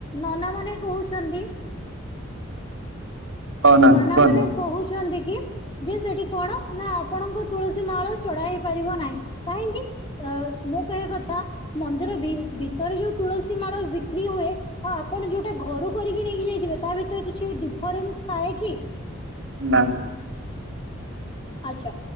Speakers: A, on the left; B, on the right.
A: ନନା ମାନେ କହୁଛନ୍ତି।
B: ହଉ ନା
A: ନାନ
B: କୁହନ୍ତୁ
A: ମାନେ କହୁଛନ୍ତି କି ଯେ ସେଠି କଣ ନା ଆପଣଙ୍କ ତୁଳସୀ ମାଳ ଚଡା ହେଇପାରିବ ନାହିଁ କାହିଁକି? ତ ମୁଁ କହିବା କଥା ମନ୍ଦିର ଭି ଭିତରେ ଯୋଉ ତୁଳସୀ ମାଳ ବିକ୍ରି ହୁଏ ହ ଆପଣ ଯୋଉଟା ଘରୁ କରିକି ନେଇକି ଯାଇଥିବେ ତା ଭିତରେ କିଛି ଡିଫରେନ୍ସ ଥାଏ କି?
B: ନା।
A: ଆଛା